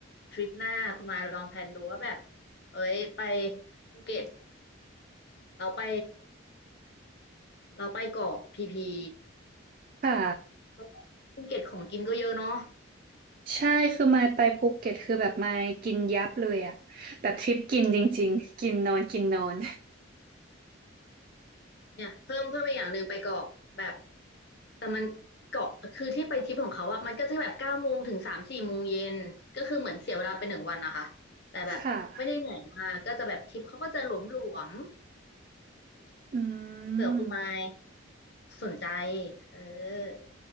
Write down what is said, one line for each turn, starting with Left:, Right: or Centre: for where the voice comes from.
Left: ทริปหน้าคุณมายลองแพลนดูว่าแบบเอ้ยไปภูเก็ตเราไปเราไปเกาะพีพี
Right: <laughs> ค่ะ
Left: เพราะว่าภูเก็ตของกินก็เยอะเนาะ
Right: ใช่คือมายไปภูเก็ตคือแบบมายกินยับเลยอะแบบทริปกินจริงๆกินนอนกินนอน
Left: เนี่ยเพิ่มเพิ่มอีกอย่างหนึ่งไปเกาะแบบแต่มันเกาะคือที่ไปทริปของเขาอะมันก็จะแบบเก้าโมงถึงสามสี่โมงเย็นก็คือเหมือนเสียเวลาไปหนึ่งวันนะคะแต่แบบไม่ได้เหนื่อยมากก็จะแบบทริปเขาก็จะหลวม
Right: ค่ะอื
Left: ๆเผื่อคุณไมค์
Right: ม
Left: สนใจเออ